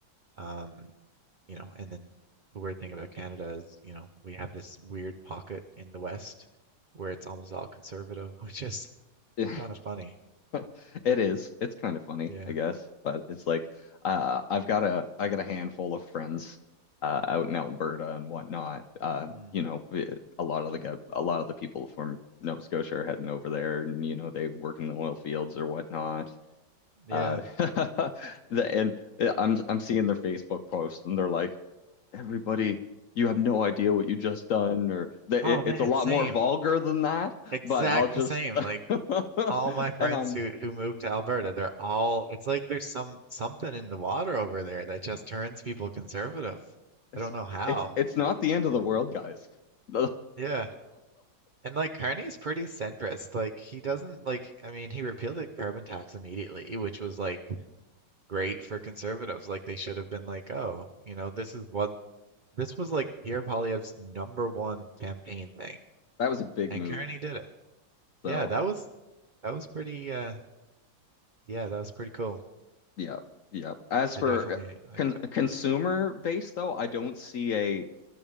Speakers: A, on the right (about 75°); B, on the left (about 65°).
A: Um, you know, and then the weird thing about Canada is, you know, we have this weird pocket in the West where it's almost all conservative, <laughs> which is
B: <laughs>
A: kind of funny.
B: <laughs> It is. It's kind of funny,
A: Yeah.
B: I guess, but it's like uh, I've got a I got a handful of friends uh, out in Alberta and whatnot. Uh,
A: Hmm.
B: you know, it- a lot of the gu- a lot of the people from Nova Scotia are heading over there, and you know they work in the oil fields or whatnot.
A: Yeah.
B: Uh, <laughs> the, and uh, I'm I'm seeing their Facebook post, and they're like, "Everybody, you have no idea what you just done," or the,
A: Oh
B: it,
A: man,
B: it's a lot
A: same.
B: more vulgar than that.
A: Exact
B: But I'll just
A: the same. Like
B: <laughs>
A: all my friends
B: and I'm
A: who who moved to Alberta, they're all it's like there's some something in the water over there that just turns people conservative.
B: It's
A: I don't
B: like
A: know how.
B: it's it's not the end of the world, guys. <laughs>
A: Yeah. And like Carney's pretty centrist. Like he doesn't like I mean, he repealed the carbon tax immediately, which was like great for conservatives. Like they should have been like, "Oh, you know, this is what this was like Pierre Poilievre's number one campaign thing."
B: That was a big
A: And
B: move.
A: Carney did it. Yeah,
B: So
A: that was that was pretty uh Yeah, that was pretty cool.
B: yeah, yeah. As
A: I
B: for
A: definitely
B: uh,
A: like
B: con
A: that.
B: consumer base, though, I don't see a